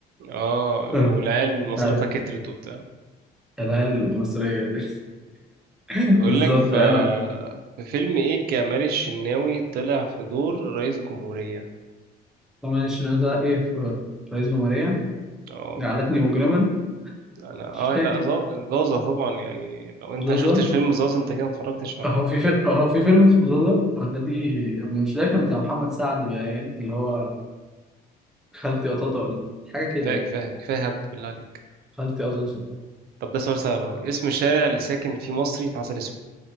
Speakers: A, on the right; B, in the centre.
A: اه
B: آه،
A: والعيال
B: انت
A: مصاريفها
B: عارف
A: كترت وبتاع
B: العيال المصريه دي <laughs>
A: يقول
B: بالظبط
A: لك ف...
B: انا
A: في فيلم ايه كمال الشناوي طلع في دور رئيس جمهوريه
B: طبعا الشنو ده ايه في رئيس جمهوريه
A: اه
B: جعلتني مجرما
A: انا اه
B: مش فاكر
A: لا ظا- زازا طبعا يعني لو انت
B: زازا
A: ما شفتش فيلم زازا انت كده ما اتفرجتش على
B: هو في في هو في فيلم اسمه زازا ولا دي مش ده كان بتاع محمد سعد بقى يعني اللي هو خالتي قطاطا ولا حاجه كده
A: كفايه
B: يعني
A: كفايه كفايه هبد بالله عليك
B: خالتي قطاطا
A: طب ده سؤال سهل اهو اسم الشارع اللي ساكن فيه مصري في عسل اسود